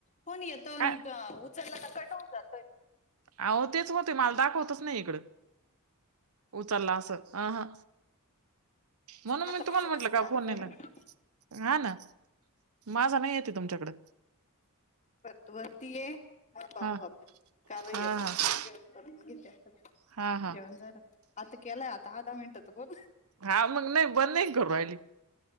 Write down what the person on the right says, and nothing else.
काय
अ- हो तेचं होते मला दाखवतचं नाही इकडं उचलला असं अ - ह. म्हणून
मी तुम्हाला
म्हंटलं
का
फोनला
नाही
लागत हाणा. माझा नाही येते तुमच्याकडे.
हा
हा
हा
हा हा
हा नाही बंद नाही करू राहिली.